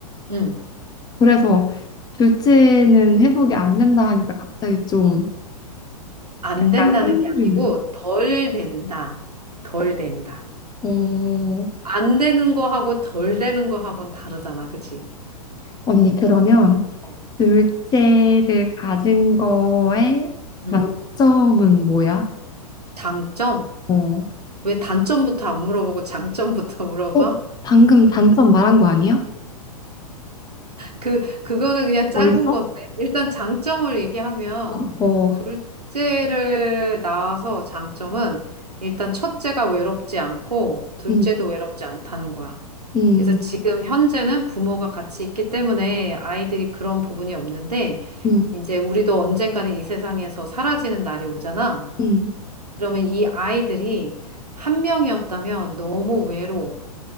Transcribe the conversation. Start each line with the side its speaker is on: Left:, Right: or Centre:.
Right: 응.
Left: 그래서 둘째는 회복이 안 된다 하니까 갑자기 좀
Right: 안
Left: 약간
Right: 된다는
Left: 흥류.
Right: 게 아니고 덜 된다. 덜 된다.
Left: 어,
Right: 안 되는 거하고 덜 되는 거하고는 다르잖아. 그치?
Left: 언니, 그러면
Right: 어.
Left: 둘째를 가진 거에
Right: 응.
Left: 장점은 뭐야?
Right: 장점?
Left: 어,
Right: 왜 단점부터 안 물어보고 장점부터 <laughs> 물어봐?
Left: 어, 방금 단점 말한 거 아니야?
Right: 그, 그거는 그냥 짧은
Left: 더 있어?
Right: 건데. 일단 장점을 얘기하면,
Left: 어.
Right: 둘째를 낳아서 장점은 일단 첫째가 외롭지 않고, 둘째도
Left: 응
Right: 외롭지 않다는 거야.
Left: 음,
Right: 그래서 지금 현재는 부모가 같이 있기 때문에 아이들이 그런 부분이 없는데,
Left: 음,
Right: 이제 우리도 언젠가는 이 세상에서 사라지는 날이 오잖아.
Left: 음, 음,
Right: 그러면 이 아이들이 한 명이었다면 너무 외로워.